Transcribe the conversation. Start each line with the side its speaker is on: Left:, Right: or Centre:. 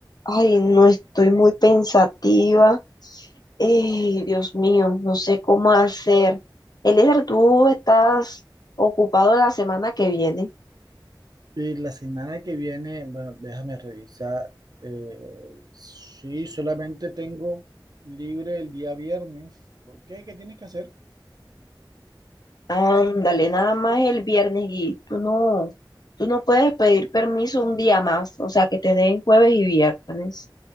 Left: Ay, no estoy muy pensativa. Eh, Dios mío, no sé cómo hacer. Eliezer, tú estás ocupado la semana que viene.
Right: Y la semana que viene, bueno, déjame revisar. eh, sí, solamente tengo libre el día viernes. ¿Por qué? ¿Qué tienes que hacer?
Left: Ándale, nada más el viernes y tú no, tú no puedes pedir permiso un día más, o sea, que te den jueves y viernes.